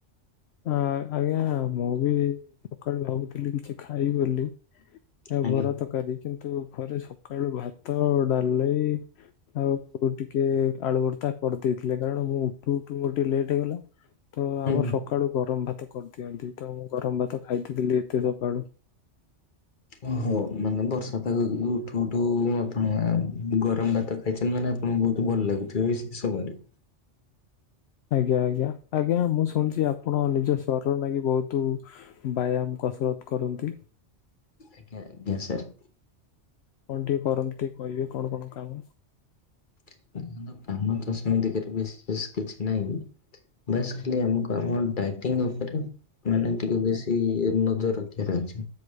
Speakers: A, on the left; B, on the left.
A: ହଁ ଆଜ୍ଞା ମୁଁ ବି ସକାଳୁ ଭାବୁଥିଲି କିଛି ଖାଇ ବୋଲି
B: ଆଜ୍ଞା
A: ବରା ତରକାରୀ କିନ୍ ତୁ ଘରେ ସକାଳୁ ଭାତ ଡାଲେଇ ଆଉ ଉପରୁ ଟିକେ ଆଳୁବର୍ତା କରିଦେଇଥିଲେ କାରଣ ମୁଁ ଟୁ ଟୁ ଗୋଟେ ଲେଟ୍ ହେଇଗଲା ତ
B: ହୁଁ
A: ଆମର ସ ଗରମ ଭାତ କରିଦିଅନ୍ତି ତ ମୁଁ ଗରମ ଭାତ ଖାଇଦଥିଲି ଏତେ ସକାଳୁ।
B: ଓହୋ ମାନେ ବର୍ଷା ପାଗ ଉଠୁ ଉଠୁ ଆପଣ ଗରମ ଭାତ ଖାଇଚନ ମାନେ ଆପଣଙ୍କୁ ବହୁତ ଭଲ ଲାଗୁଥିବେ ସେ ସମୟରେ।
A: ଆଜ୍ଞା ଆଜ୍ଞା। ଆଜ୍ଞା ମୁଁ ଶୁଣିଛି ଆପଣ ନିଜ ସ୍ୱରରେ ଲାଗି ବହୁତ ବ୍ୟାୟାମ କସରତ କରନ୍ତି।
B: ଆଜ୍ଞା, ଆଜ୍ଞା, ସାର୍
A: କଣ ଟିକେ କରନ୍ତି ଟିକେ କହିବେ କଣ, କଣ କାମ
B: କ କାମ ତ ସେମିତିକରେ ବେଶୀ ବେସ୍ କିଛି ନାଇଁ ବାସ୍ ଖାଲି ଆମକୁ ଆମ ଡ଼ାଇଟିଂ ଉପରେ ମାନେ ଟିକେ ବେଶି ଏଇ ନଜର ରଖିବାର ଅଛି